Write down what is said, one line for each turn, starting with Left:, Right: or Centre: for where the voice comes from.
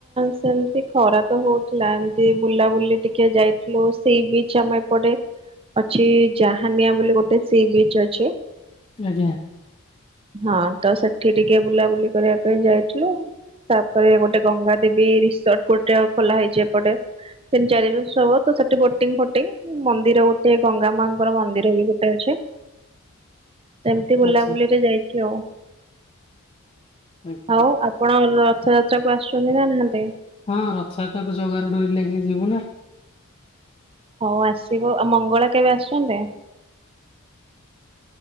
Right: ସେମିତି ଖରା ତ ହଉଥିଲା ଏମତି ବୁଲାବୁଲି ଟିକେ ଯାଇ ସେଇ ବିଚ ଆମ ଏପଟେ। ଅଛି ଜହାନିଆ ବୋଲି ଗୋଟେ ସି ବିଚ ଅଛି।
Left: ଆଜ୍ଞା
Right: ହଁ ତ ସେଠି ଟିକେ ବୁଲାବୁଲି କରିବା ପାଇଁ ଯାଇଥିଲୁ। ତାପରେ ଗୋଟେ ଗଙ୍ଗା ଦେବୀ ରିସୋର୍ଟ ଗୋଟେ ଆ ଖୋଲା ହେଇଛି ଏପଟେ। ତିନି ଚାରି ବର୍ଷ ହବ ତ ସେଠି ବୋଟିଙ୍ଗ ଫଟିଙ୍ଗ ମନ୍ଦିର ଗୋଟେ ଗଙ୍ଗା ମାଙ୍କର ମନ୍ଦିର ବି ଗୋଟେ ଅଛି। ସେମିତି ବୁଲାବୁଲିରେ
Left: ଆଚ୍ଛା
Right: ଯାଇଛି ଆଉ।
Left: ଆଜ୍ଞା।
Right: ଆଉ ଆପଣ ରଥଯାତ୍ରା କ ଆସୁଛନ୍ତି ନା ନାହାନ୍ତି?
Left: ହଁ ରଥଯାୟାତତାକୁ ଜଗାରୁ ଡୋରି ଲାଗିଲେ ଯିବୁ ନା।
Right: ହଉ ଆସିବ ଆଉ ମଙ୍ଗଳା କେବେ ଆସୁଛନ୍ତି?